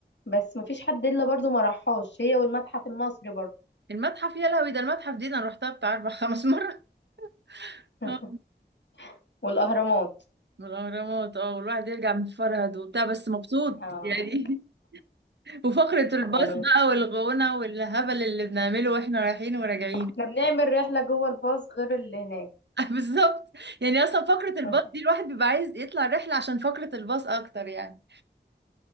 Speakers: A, on the left; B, on the right.
A: بس مفيش حد الا برضو ما راحهاش هي والمتحف المصري برضو
B: المتحف يا لهوي ده المتحف دي انا رحتها بتاع اربع خمس مرات <laughs>
A: <laughs>
B: اه
A: والاهرامات
B: والاهرامات اه والواحد يرجع متفرهد وبتاع بس مبسوط
A: اه
B: يعني <laughs> وفقرة الباص
A: يعني
B: بقى والغونة والهبل اللي بنعمله واحنا رايحين وراجعين
A: احنا بنعمل رحلة جوه الباص غير اللي هناك
B: <laughs> بالظبط يعني اصلا فقرة الباص
A: <laughs>
B: دي الواحد بيبقى عايز يطلع رحلة عشان فقرة الباص اكتر يعني